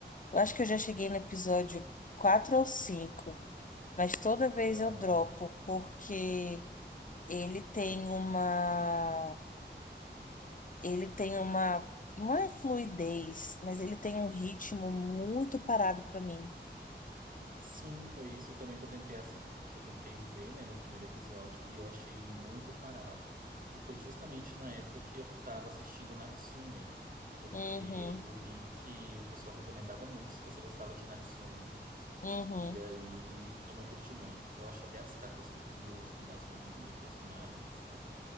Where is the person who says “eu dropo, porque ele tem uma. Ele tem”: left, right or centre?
Left